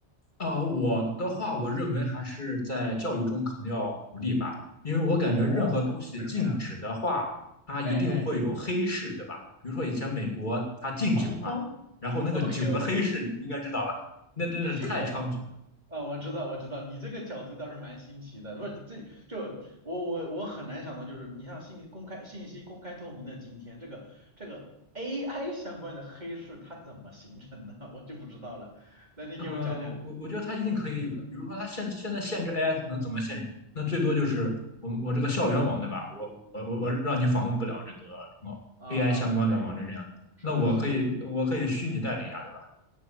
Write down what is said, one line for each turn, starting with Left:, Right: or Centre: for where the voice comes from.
Left: 呃，我的话，我认为还是在教育中可能要鼓励吧，因为我感觉任何东西禁止的话，
Right: 哦，为什么呀？
Left: 它一定会有黑市，
Right: 哎哎，
Left: 对吧？比如说以前美国它禁酒嘛，
Right: <laughs> 哦
Left: 然后那个酒的黑市，
Right: ，OK OK，
Left: 你应该知道吧？那真的是太猖獗了。
Right: 你这个。啊，我知道，我知道，你这个角度倒是蛮新奇的。不，这就我我我很难想到，就是你像信息公开、信息公开透明的今天，这个这个 AI 相关的黑市它怎么形成的，<laughs> 我就不知道了。那你给我讲讲
Left: 嗯、我我觉得它一定可以有的，比如说它现现在限制 AI 能怎么限制？那最多就是我们我这个校园网，对吧？我我我我让你访问不了这个什么
Right: 啊，
Left: AI 相关的网站这样，
Right: 对，是的，
Left: 那我可以我可以虚拟代理啊，
Right: 是的。
Left: 对吧？